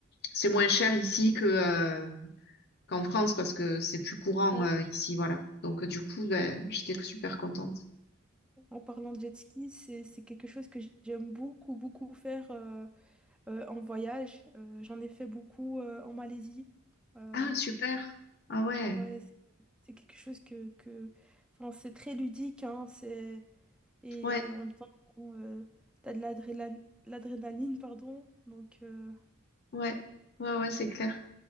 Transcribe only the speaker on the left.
c'est moins cher ici que euh, qu'en France parce que c'est plus courant
euh, ici, voilà. Donc euh, du coup, ben, j'étais super contente.
Ah, super. Ah ouais,
ouais,
ouais, ouais, ouais, c'est clair.